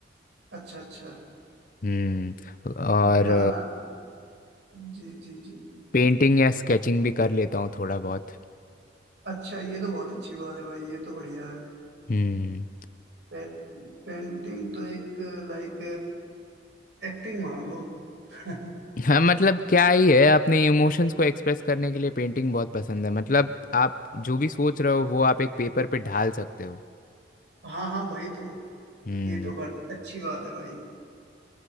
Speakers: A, on the right; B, on the left.
A: अच्छा अच्छा
B: हम्म और
A: गाना जी जी जी
B: पेंटिंग या स्केचिंग भी कर लेता हूँ थोड़ा बहुत
A: अच्छा ये तो बहुत अच्छी बात है भाई ये तो बढ़िया है
B: हम्म
A: पे, पेंटिंग तो एक लाइक एक्टिंग मान लो <laughs>
B: हाँ मतलब क्या ही है अपने इमोशंस को एक्सप्रेस करने के लिए पेंटिंग बहुत पसंद है मतलब आप जो भी सोच रहे हो वो आप एक पेपर पे ढाल सकते हो
A: हाँ हाँ भाई तो
B: हम्म
A: ये तो बहुत अच्छी बात है भाई